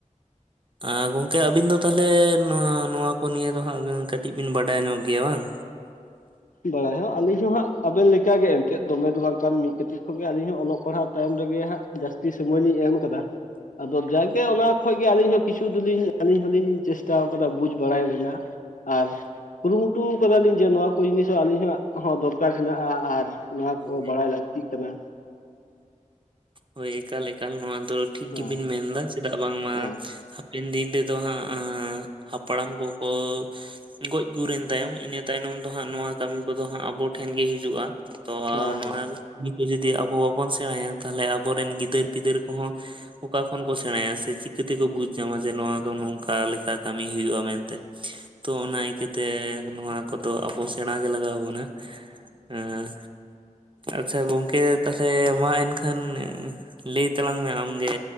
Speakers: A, on the right (about 40°); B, on the left (about 80°).
A: ᱟᱸ ᱜᱚᱝᱠᱮ ᱟᱵᱤᱱ ᱫᱚ ᱛᱟᱦᱚᱞᱮ ᱱᱚᱣᱟ ᱱᱚᱣᱟ ᱠᱚ ᱱᱤᱭᱮ ᱫᱚ ᱦᱟᱸᱜ ᱠᱟᱹᱴᱤᱡ ᱵᱤᱱ ᱵᱟᱰᱟᱭ ᱧᱚᱜ ᱜᱮᱭᱟ ᱵᱟᱝ?
B: ᱵᱟᱲᱟᱭ ᱦᱚᱸ ᱟᱹᱞᱤᱧ ᱦᱚᱸ ᱦᱟᱸᱜ ᱟᱵᱮᱱ ᱞᱮᱠᱟᱜᱮ ᱮᱱᱛᱮᱫ ᱫᱚᱢᱮ ᱫᱚ ᱵᱟᱝ ᱠᱷᱟᱱ ᱢᱤᱫ ᱠᱟᱹᱴᱤᱡ ᱠᱷᱚᱱᱜᱮ ᱟᱹᱞᱤᱧ ᱦᱚᱸ ᱚᱞᱚᱜ ᱯᱟᱲᱦᱟᱜ ᱛᱟᱭᱚᱢ ᱨᱮᱜᱮ ᱦᱟᱸᱜ ᱡᱟᱹᱥᱛᱤ ᱥᱚᱢᱚᱭ ᱞᱤᱧ ᱮᱢ ᱟᱠᱟᱫᱟ᱾ ᱟᱫᱚ ᱡᱟᱠᱜᱮ ᱚᱱᱟ ᱠᱷᱚᱡ ᱜᱮ ᱟᱹᱞᱤᱧ ᱦᱚᱸ ᱠᱤᱪᱷᱩ ᱫᱚᱞᱤᱧ ᱟᱹᱞᱤᱧ ᱦᱚᱞᱤᱧ ᱪᱮᱥᱴᱟᱣ ᱟᱠᱟᱫᱟ ᱵᱩᱡᱽ ᱵᱟᱲᱟᱭ ᱨᱮᱱᱟᱜ ᱟᱨ ᱠᱩᱨᱩᱢᱩᱴᱩ ᱟᱠᱟᱫᱟᱞᱤᱧ ᱡᱮ ᱱᱚᱣᱟ ᱠᱚ ᱡᱤᱱᱤᱥ ᱦᱚᱸ ᱟᱹᱞᱤᱧᱟᱜ ᱦᱚᱸ ᱫᱚᱨᱠᱟᱨ ᱦᱮᱱᱟᱜᱼᱟ ᱟᱨ ᱱᱚᱣᱟ
A: ᱦᱮᱸ
B: ᱠᱚ ᱵᱟᱲᱟᱭ ᱞᱟᱹᱠ- ᱛᱤᱜ ᱠᱟᱱᱟ᱾
A: ᱦᱳᱭ ᱮᱠᱟᱞ ᱮᱠᱟᱞ ᱱᱚᱣᱟ ᱫᱚ ᱴᱷᱤᱠ
B: ᱦᱮᱸ
A: ᱜᱮᱵᱤᱱ ᱢᱮᱱ ᱮᱫᱟ ᱪᱮᱫᱟᱜ ᱵᱟᱝᱢᱟ
B: ᱦᱮᱸ
A: ᱦᱟᱯᱮᱱ ᱫᱤᱱ ᱨᱮᱫᱚ ᱦᱟᱸᱜ ᱦᱟᱯᱲᱟᱢ ᱠᱚᱠᱚ ᱜᱚᱡ ᱜᱩᱨᱮᱱ ᱛᱟᱭᱚᱢ ᱤᱱᱟᱹ ᱛᱟᱭᱱᱚᱢ ᱫᱚ ᱦᱟᱸᱜ ᱱᱚᱣᱟ ᱠᱟᱹᱢᱤ ᱠᱚᱫᱚ ᱦᱟᱸᱜ ᱟᱵᱚ ᱴᱷᱮᱱᱜᱤ ᱦᱤᱡᱩᱜᱼᱟ᱾ ᱛᱚ
B: ᱦᱮᱸ
A: ᱱᱚᱣᱟ
B: ᱦᱮᱸ
A: ᱠᱟᱹᱢᱤ ᱠᱚ ᱡᱩᱫᱤ ᱟᱵᱚ ᱵᱟᱵᱚᱱ ᱥᱮᱬᱟᱭᱟ᱾ ᱛᱟᱞᱦᱞᱮ ᱟᱵᱚᱨᱮᱱ ᱜᱤᱫᱟᱹᱨ ᱯᱤᱫᱟᱹᱨ ᱠᱚᱦᱚᱸ ᱚᱠᱟ ᱠᱷᱚᱱ ᱠᱚ ᱥᱮᱬᱟᱭᱟ ᱥᱮ ᱪᱤᱠᱟᱹᱛᱮᱠᱚ ᱵᱩᱡᱽ ᱧᱟᱢᱟ ᱡᱮ ᱱᱚᱣᱟ ᱫᱚ ᱱᱚᱝᱠᱟ ᱞᱮᱠᱟ ᱠᱟᱹᱢᱤ ᱦᱩᱭᱩᱜᱼᱟ ᱢᱮᱱᱛᱮ ᱛᱚ ᱚᱱᱟ ᱠᱷᱟᱛᱤᱨ ᱱᱚᱣᱟ ᱠᱚᱫᱚ ᱟᱵᱚ ᱥᱮᱬᱟ ᱜᱮ ᱞᱟᱜᱟᱣ ᱟᱵᱚᱱᱟ ᱦᱮᱸ ᱟᱪᱪᱷᱟ ᱜᱚᱝᱠᱮ ᱛᱟᱦᱚᱞᱮ ᱢᱟ ᱮᱱᱠᱷᱟᱱ ᱠᱷᱟᱱ ᱞᱟᱹᱭ ᱛᱟᱞᱟᱝ ᱢᱮ ᱟᱢᱜᱮ